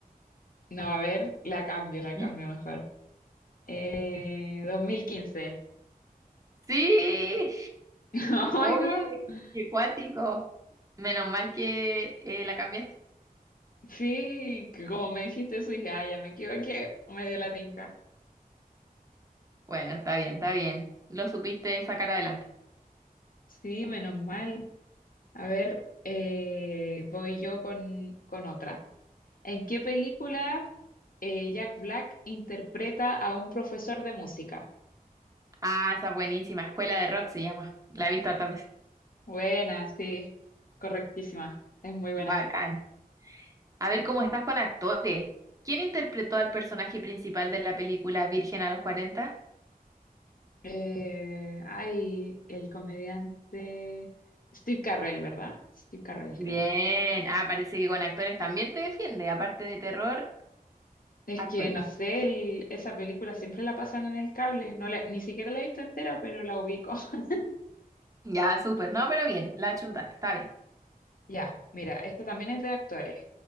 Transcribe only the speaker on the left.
No, a ver, la cambio,
la cambio mejor. Eh, dos mil quince
<laughs> Oh my
God.
Sí, que como me dijiste eso, dije, ah, ya me equivoqué, me dio la tinca.
Sí, menos mal. A ver, eh, voy yo con, con otra. ¿En qué película eh, Jack Black interpreta a un profesor de música?
Buena, sí, correctísima, es muy buena.
Eh, ay, el comediante Steve Carrell, ¿verdad? Steve Carrell,
creo.
Es
que no sé, el- esa película siempre la pasan en el cable. No la- ni siquiera la he visto entera, pero la ubico. <laughs>
Ya, mira, esta también es de actores.